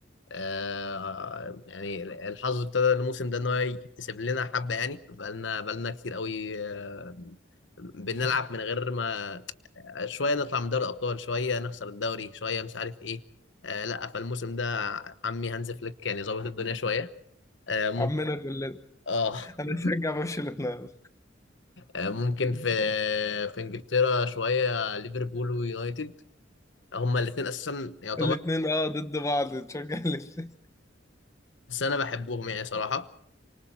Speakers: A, on the left (about 70°); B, on the left (about 15°).
A: آه يعني الحظ ابتدى الموسم ده إن هو يكتسب لنا حبة يعني بقالنا بقالنا كتير قوي آه بنلعب من غير ما شوية نطلع من دوري الأبطال شوية نخسر الدوري شوية مش عارف إيه آه لا فالموسم ده عمي هانز فليك يعني ظابط الدنيا شوية آه،
B: عمنا كلنا
A: اه
B: انا
A: <laughs>
B: بشجع برشلونه
A: ممكن في في انجلترا شويه ليفربول ويونايتد هما الاثنين اساسا يعتبر
B: الاثنين اه ضد بعض تشجع ليه
A: بس انا بحبهم يعني صراحه